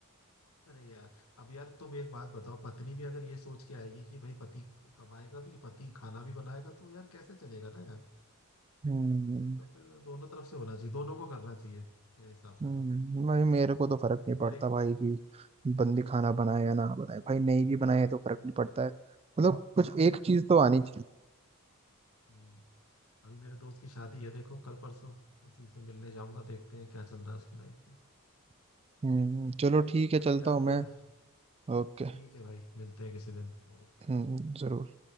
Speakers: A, on the left; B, on the right.
A: अरे यार अब यार तुम एक बात बताओ पत्नी भी अगर ये सोच के आएगी कि भाई पति कमाएगा भी पति खाना भी बनाएगा तो यार कैसे चलेगा ना यार
B: हम्म
A: ये तो फिर दोनों तरफ से होना चाहिए दोनों को करना चाहिए मेरे हिसाब से
B: हम्म,
A: तो
B: भाई मेरे को तो फर्क नहीं पड़ता
A: मेरे एक
B: भाई कि बंदी खाना बनाए या ना बनाए भाई नहीं भी बनाए तो
A: हाँ,
B: फर्क नहीं पड़ता है मतलब कुछ एक चीज तो आनी चाहिए
A: हम्म, अभी मेरे दोस्त की शादी है देखो कल परसों उसी से मिलने जाऊंगा देखते हैं क्या चल रहा है उसकी लाइफ में
B: हम्म चलो ठीक है
A: चलो
B: चलता
A: यार
B: हूँ
A: फिर
B: मैं ओके
A: ठीक है भाई मिलते हैं किसी दिन तो
B: हम्म जरूर